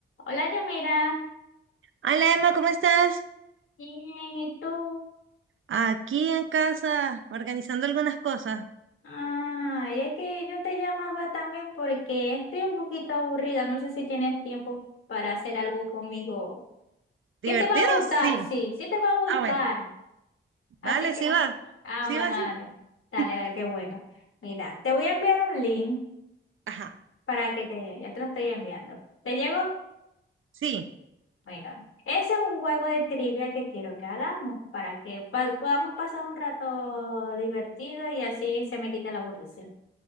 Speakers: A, on the left; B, on the right.
A: Hola, Yomira.
B: Hola Emma, ¿cómo estás?
A: Bien, ¿y tú?
B: Aquí en casa, organizando algunas cosas.
A: Ah, y es que yo te llamaba también porque estoy un poquito aburrida. No sé si tienes tiempo para hacer algo conmigo.
B: ¿Divertido?
A: ¿Qué te va a gustar?
B: Sí.
A: Sí, sí te va a gustar.
B: Ah, bueno,
A: Así
B: dale,
A: que,
B: sí va.
A: ah,
B: Sí
A: bueno,
B: va,
A: dale,
B: sí.
A: dale,
B: <laughs>
A: dale, qué bueno. Mira, te voy a enviar un link
B: Ajá,
A: para que te, ya te lo estoy enviando. ¿Te llegó?
B: sí,
A: Bueno, ese es un juego de trivia que quiero que hagamos para que pa- podamos pasar un rato divertido y así se me quite la aburrición.